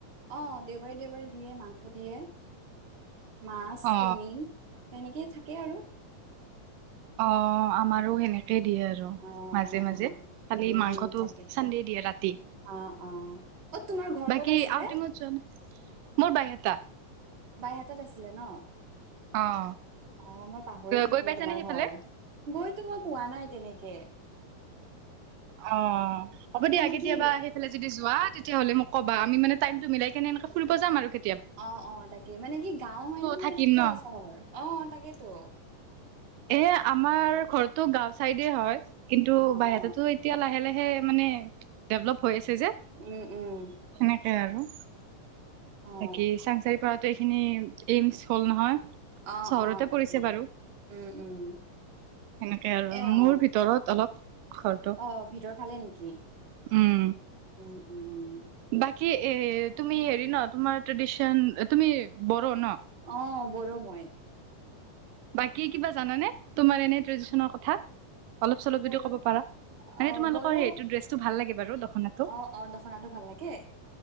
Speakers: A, on the right; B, on the right.
A: অ দেওবাৰী দেওবাৰী দিয়ে মাংস দিয়ে মাছ
B: অ
A: কণী তেনেকেই থাকে আৰু
B: অ আমাৰো সেনেকেই দিয়ে আৰু
A: অ'
B: মাজে
A: অ'
B: মাজে খালি
A: উম
B: মাংসটো
A: তাকে
B: চানডেই দিয়ে ৰাতি
A: অ' অ' অ' তোমাৰ ঘৰ
B: বাকী
A: ক'ত আছিলে
B: আউটিঙত যোৱা নাই মোৰ বাই এটা
A: বাইহাতাত আছিলে ন
B: অ'।
A: অ', মই পাহৰি থাকিলো
B: গৈ পাইছানে
A: তোমাৰ
B: সেইফালে?
A: ঘৰ। গৈতো মই পোৱা নাই তেনেকে।
B: অ', হ'ব দিয়া।
A: মানে
B: কেতিয়াবা
A: কি
B: সেইফালে যদি যোৱা তেতিয়াহ'লে মোক ক'বা। আমি মানে টাইমটো মিলাই এনে এনেকে ফুৰিব যাম আৰু কে
A: অ', অ', তাকে মানে কি গাঁও হয় নে নে
B: থাকিম ন
A: চহৰ? অ', তাকেইেতো।
B: এ, আমাৰ ঘৰটো গাঁও চাইডে হয়। কিন্তু
A: অ
B: বাইহাতাটো
A: অ
B: এতিয়া লাহে লাহে সেই মানে ডেভেলপ হৈ আছে যে,
A: উম উম
B: হেনেকে আৰু।
A: অ
B: বাকি চাংচাৰি পৰা আহোঁতে এইখিনি এইমচ হ'ল নহয়
A: অ
B: চহৰতে
A: অ তাকে
B: পৰিছে বাৰু
A: উম উম
B: সেনেকে আৰু
A: এ অ
B: মোৰ ভিতৰত অলপ ঘৰটো
A: অ ভিতৰ ভাল নেকি
B: উম
A: উম উম উ
B: বাকী এ তুমি হেৰি ন তোমাৰ ট্ৰেডিচন তুমি বড়ো ন
A: অ ম মই
B: বাকী কিবা জানানে তোমাৰ এনে ট্ৰেডিশনৰ কথা অলপ-চলপ
A: বড়ো
B: যদি ক'ব পাৰা। মানে
A: অ
B: তোমালোকৰ
A: বড়ো
B: সেইটো ড্ৰেছটো ভাল লাগে। বাৰু দখনাটো
A: অ', অ', দখনাটো ভাল লাগে?